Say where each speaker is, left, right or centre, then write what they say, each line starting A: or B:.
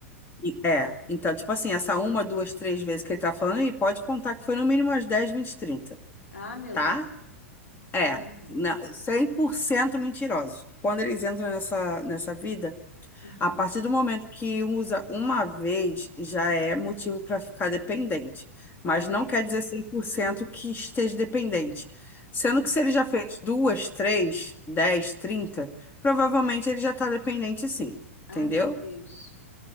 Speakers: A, on the left; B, on the left.
A: E- É, então, tipo assim, essa uma, duas, três vezes que ele tá falando, aí pode contar que foi no mínimo umas 10, 20, 30,
B: Ah, meu
A: tá?
B: Deus.
A: É,
B: Uhum.
A: na- cem por cento mentiroso. Quando eles entram nessa, nessa vida,
B: Aham.
A: a partir do momento que usa uma vez, já é motivo para ficar dependente. Mas
B: Ah,
A: não
B: é?
A: quer dizer 100% que esteja dependente. Sendo
B: Sim.
A: que se ele já fez duas, três, dez, trinta, provavelmente ele já está dependente sim.
B: Ah,
A: Entendeu?
B: meu Deus.